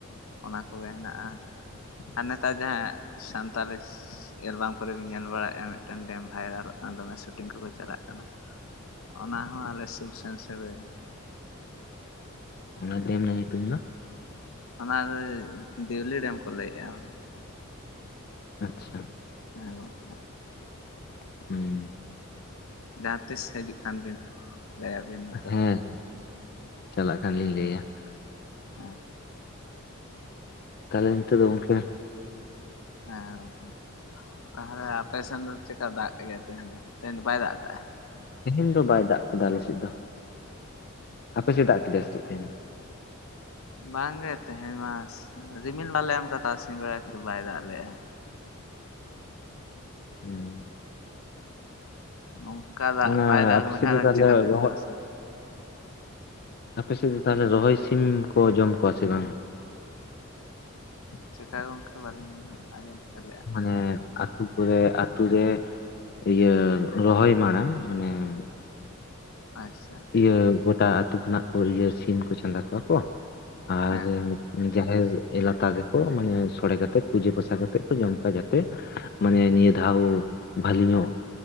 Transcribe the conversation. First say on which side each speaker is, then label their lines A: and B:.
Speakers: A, on the left (about 75°); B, on the left (about 50°).
A: ᱚᱱᱟ ᱠᱚᱜᱮ ᱦᱮᱱᱟᱜᱼᱟ ᱟᱨ ᱱᱮᱛᱟᱨ ᱡᱟᱦᱟᱸ ᱥᱟᱱᱛᱟᱞᱤ ᱮᱞᱵᱟᱢ ᱠᱚᱨᱮ ᱧᱮᱞ ᱵᱟᱲᱟᱭᱮᱫᱼᱟ ᱢᱤᱫᱴᱟᱝ ᱰᱮᱢ ᱵᱷᱟᱭᱨᱟᱞᱚᱜ ᱠᱟᱱ ᱫᱚᱢᱮ ᱥᱩᱴᱤᱝ ᱠᱚᱠᱚ ᱪᱟᱞᱟᱜ ᱠᱟᱱᱟ ᱾ ᱚᱱᱟ ᱦᱚᱸ ᱟᱞᱮ ᱥᱩᱨ ᱥᱮᱱ ᱥᱮᱱ ᱨᱮᱜᱮ ᱾
B: ᱚᱱᱟ ᱰᱮᱢ ᱨᱮᱱᱟᱜ ᱧᱩᱛᱩᱢ ᱫᱚ?
A: ᱚᱱᱟ ᱫᱚ ᱫᱮᱣᱞᱤ ᱰᱮᱢ ᱠᱚ ᱾ ᱠᱚ ᱞᱟᱹᱭᱮᱜᱼᱟ
B: ᱟᱪᱪᱷᱟ
A: ᱦᱮᱸ ᱜᱚᱝᱠᱮ ᱾
B: ᱦᱩᱸ ᱾
A: ᱡᱟᱦᱟᱸᱛᱤᱥ ᱦᱤᱡᱩᱜ ᱠᱷᱟᱱ ᱵᱤᱱ ᱞᱟᱹᱭᱟᱵᱤᱱ ᱱᱚᱛᱮ
B: ᱦᱮᱸ
A: ᱫᱚ ᱾
B: ᱪᱟᱞᱟᱜ ᱠᱷᱟᱱ ᱞᱤᱧ ᱞᱟᱹᱭᱟ ᱾
A: ᱦᱮᱸ
B: ᱛᱟᱦᱚᱞᱮ ᱱᱤᱛᱚᱜ ᱫᱚ ᱜᱚᱝᱠᱮ
A: ᱦᱮᱸ ᱜᱚᱝᱠᱮ ᱛᱟᱦᱚᱞᱮ ᱟᱯᱮ ᱥᱮᱱ ᱫᱚ ᱪᱮᱫᱠᱟ ᱫᱟᱜ ᱠᱮᱫ ᱜᱮᱟᱭ ᱛᱮᱦᱮᱧ ᱫᱚ ᱛᱮᱦᱮᱧ ᱫᱚ ᱵᱟᱭ ᱫᱟᱜ ᱟᱠᱟᱟᱜᱼᱟ?
B: ᱛᱮᱦᱮᱧ ᱫᱚ ᱵᱟᱭ ᱫᱟᱜ ᱠᱟᱫᱟ ᱟᱞᱮᱥᱮᱫ ᱫᱚ ᱦᱟᱯᱮᱥᱮᱜ ᱫᱟᱜ ᱠᱮᱫᱮᱭᱟ ᱥᱮ ᱪᱮᱫ ᱛᱮᱦᱮᱧ ᱫᱚ?
A: ᱵᱟᱝᱜᱮ ᱛᱮᱦᱮᱧ ᱢᱟ ᱨᱤᱢᱤᱞ ᱵᱟᱞᱮ ᱮᱢᱠᱟ ᱛᱟᱨᱟᱥᱤᱧ ᱵᱮᱲᱟ ᱠᱟᱛ ᱵᱟᱭ ᱫᱟᱜ ᱞᱮᱜᱼᱟ ᱾
B: ᱦᱮᱸ᱾
A: ᱱᱚᱝᱠᱟ ᱫᱟᱜ
B: ᱚᱱᱟ
A: ᱵᱟᱭ ᱫᱟᱜ
B: ᱟᱯᱮ
A: ᱞᱮᱠᱷᱟᱱ
B: ᱥᱮᱫ ᱫᱚ ᱛᱟᱦᱚᱞᱮ
A: ᱪᱤᱠᱟᱹᱛᱤᱧ
B: ᱨᱚᱦᱚᱭ
A: ᱪᱟᱥᱟ ᱾
B: ᱟᱯ ᱥᱮᱫ ᱫᱚ ᱛᱟᱦᱚᱞᱮ ᱨᱚᱦᱚᱭ ᱥᱤᱢ ᱠᱚ ᱡᱚᱢ ᱠᱚᱣᱟ ᱥᱮ ᱵᱟᱝ?
A: ᱪᱮᱠᱟ ᱜᱚᱝᱠᱮ ᱵᱟᱹᱞᱤᱧ ᱟᱸᱡᱚᱢ ᱴᱷᱤᱠᱟᱹ ᱞᱮᱫᱼᱟ?
B: ᱢᱟᱱᱮ ᱟᱛᱳ ᱠᱚᱨᱮ ᱟᱛᱳ ᱨᱮ ᱤᱭᱟᱹ ᱨᱚᱦᱚᱭ ᱢᱟᱲᱟᱝ ᱢᱟᱱᱮ ᱾
A: ᱟᱪᱷᱟ ᱾
B: ᱤᱭᱟᱹ ᱜᱚᱴᱟ ᱟᱹᱛᱩ ᱠᱷᱚᱱᱟᱜ ᱠᱚ ᱤᱭᱟᱹ ᱥᱤᱢ ᱠᱚ ᱪᱟᱸᱫᱟ ᱠᱚᱣᱟ ᱠᱚ ᱟᱨ
A: ᱦᱮᱸ
B: ᱾ ᱡᱟᱦᱮᱨ ᱮᱞᱟᱛᱟᱨ ᱨᱮᱠᱚ ᱢᱟᱱᱮ ᱥᱚᱲᱮ ᱠᱟᱛᱮᱜ ᱯᱩᱡᱟᱹ ᱯᱟᱥᱟ ᱠᱟᱛᱮᱜ ᱠᱚ ᱡᱚᱢ ᱠᱚᱣᱟ ᱡᱟᱛᱮ ᱾ ᱢᱟᱱᱮ ᱱᱤᱭᱟᱹ ᱫᱷᱟᱣ ᱵᱷᱟᱞᱤ ᱧᱚᱜ ᱾